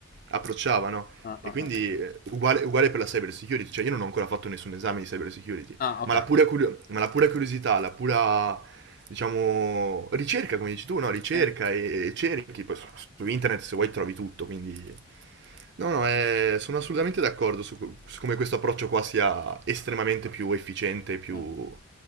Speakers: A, on the right; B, on the left.
A: approcciava, no?
B: Ah,
A: E
B: ah,
A: quindi
B: ah, ah, ah.
A: eh, uguale, uguale per la cyber security, cioè io non ho ancora fatto nessun esame di cyber security,
B: Ah, okay.
A: ma la pura, curio- ma la pura curiosità, la pura diciamo, ricerca, come dici tu, no? Ricerca
B: Sì.
A: e, e cerchi, poi su, su internet se vuoi trovi tutto, quindi... No, no, è- sono assolutamente d'accordo su, co- su come questo approccio qua sia estremamente più efficiente, più
B: Sì.